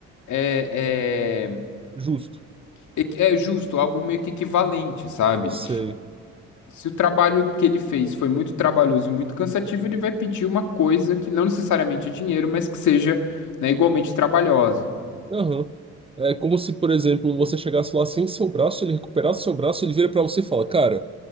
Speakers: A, on the left (about 75°); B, on the right (about 20°).
A: é, é,
B: justo,
A: equi- é justo, algo meio que equivalente, sabe?
B: sei.
A: Se o trabalho que ele fez foi muito trabalhoso e muito cansativo, ele vai pedir uma coisa que não necessariamente é dinheiro, mas que seja, né, igualmente trabalhosa.
B: Aham. É como se, por exemplo, você chegasse lá sem seu braço, ele recuperasse seu braço, ele vira pra você e fala: Cara,